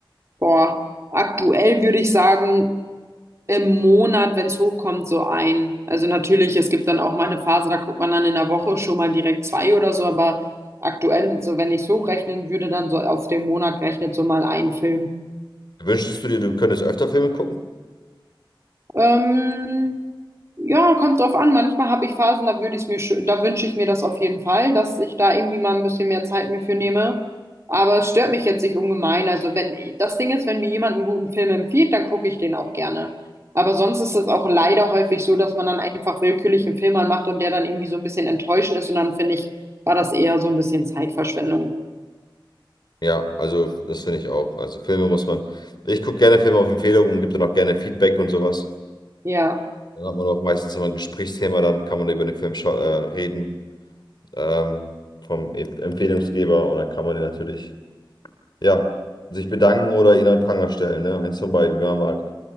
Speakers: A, on the right (about 35°); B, on the left (about 60°).
A: Boah, aktuell würde ich sagen, im Monat, wenn es hochkommt, so ein. Also natürlich, es gibt dann auch mal eine Phase, da guckt man dann in der Woche schon mal direkt zwei oder so, aber aktuell, so wenn ich es hochrechnen würde, dann so auf den Monat gerechnet so mal ein Film.
B: Wünschst du dir, du könntest öfter Filme gucken?
A: Ähm, ja, kommt drauf an. Manchmal habe ich Phasen, da würde ich mir, schö- da wünsche ich mir das auf jeden Fall, dass ich da irgendwie mal ein bisschen mehr Zeit mir für nehme. Aber es stört mich jetzt nicht ungemein. Also wenn, das Ding ist, wenn mir jemand einen guten Film empfiehlt, dann gucke ich den auch gerne. Aber sonst ist es auch leider häufig so, dass man dann einfach willkürlich einen Film anmacht und der dann irgendwie so ein bisschen enttäuschend ist. Und dann finde ich, war das eher so ein bisschen Zeitverschwendung.
B: Ja, also das finde ich auch. Also Filme muss man. Ich gucke gerne Filme auf Empfehlung und gebe dann auch gerne Feedback und sowas.
A: Ja,
B: Dann hat man auch meistens immer ein Gesprächsthema, dann kann man über den Film schau- äh, reden ähm, vom E- Empfehlungsgeber und dann kann man den natürlich, ja, sich bedanken oder ihn an den Pranger stellen, ne? Eins von beiden, wie man mag.